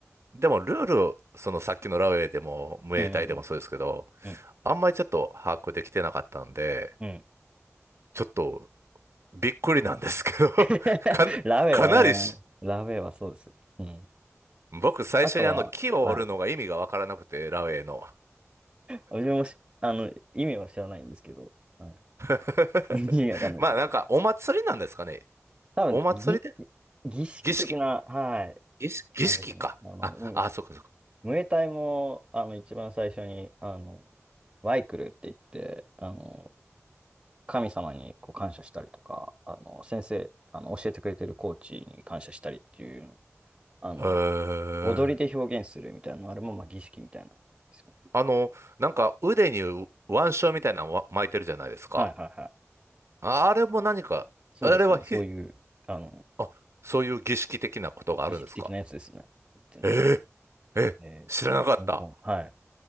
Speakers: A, on the right; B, on the right.
A: でもルール、そのさっきのラウェイでも、ムエタイでもそうですけど、
B: うんうんうん。
A: あんまりちょっと把握できてなかったんで、
B: うん。うん。
A: ちょっとびっくりなんですけど
B: <laughs>
A: <laughs> かな、
B: ラベはね、
A: かなりし、
B: ラベはそうです。うん。
A: 僕最初にあの木を折るのが意味がわからなくて、
B: あとは、はい。
A: ラウェイの。
B: 私もし、あの、意味は知らないんですけど、は
A: <laughs>
B: い。<laughs> 意味わかんないですね。
A: まあなんかお祭りなんですかね。
B: 多分、
A: お祭りで
B: 儀、儀式的な、
A: 儀式
B: はい、
A: 儀式、儀式か。
B: 感じですね。あの、
A: あ、
B: うん
A: あ、そうかそうか。
B: ムエタイも、あの、一番最初に、あの、ワイクルって言って、あの、神様にこう感謝したりとか、あの、先生、あの、教えてくれてるコーチに感謝したりっていう、あの、
A: へえ。
B: 踊りで表現するみたいな、あれもまあ儀式みたいなんですよね。
A: あの、なんか腕に腕章みたいなのわ巻いてるじゃないですか。
B: はいはいはい。
A: ああれも何か、
B: そうですね。
A: あれはひ、
B: そういう、あの、
A: あ、そういう儀式的なことがあるんですか
B: 儀式的なやつですね。言ってんだ
A: えええ、
B: えっと、
A: 知らなかった。
B: 香港。はい。